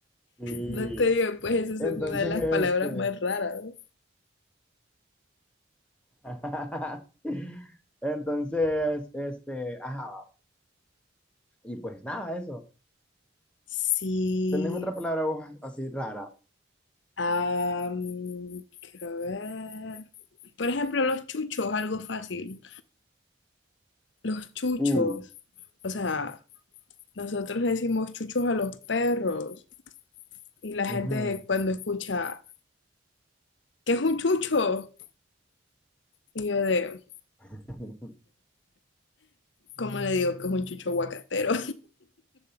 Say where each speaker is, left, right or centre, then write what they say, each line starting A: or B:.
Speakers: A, in the centre; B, on the left (about 65°).
A: Sí.
B: No te digo, pues esas
A: Entonces,
B: son una de las
A: este,
B: palabras más raras. ¿no?
A: <laughs> entonces, este, ajá, y pues nada, eso.
B: Sí.
A: ¿Tenés otra palabra vos así rara?
B: am, quiero ver. Por ejemplo, los chuchos, algo fácil. Los chuchos.
A: Uh.
B: O sea, nosotros decimos chuchos a los perros. Y la gente
A: Ujú.
B: cuando escucha, ¿qué es un chucho? Y yo de,
A: <laughs>
B: ¿cómo le digo que es un chucho aguacatero?